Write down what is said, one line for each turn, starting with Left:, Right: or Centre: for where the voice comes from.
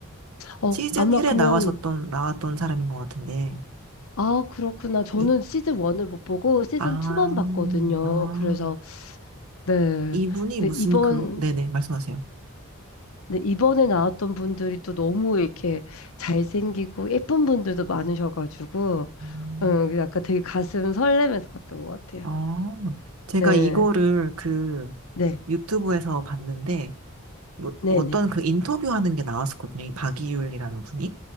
Left: 어,
Right: 시즌
Left: 아마
Right: 1에
Left: 그러면,
Right: 나왔었던, 나왔던 사람인 것 같은데.
Left: 아, 그렇구나. 저는
Right: 이,
Left: 시즌 1을 못 보고 시즌
Right: 아,
Left: 2만 봤거든요.
Right: 아,
Left: 그래서, 네.
Right: 이분이
Left: 근데
Right: 무슨
Left: 이번,
Right: 그, 네네, 말씀하세요.
Left: 네, 이번에 나왔던 분들이 또 너무 이렇게 잘생기고 예쁜 분들도 많으셔가지고,
Right: 음,
Left: 음, 약간 되게 가슴 설레면서 봤던 것 같아요.
Right: 아, 제가
Left: 네,
Right: 이거를 그
Left: 네,
Right: 유튜브에서 봤는데, 뭐-
Left: 네네,
Right: 뭐 어떤 그 인터뷰하는 게 나왔었거든요. 이 박이율이라는 분이.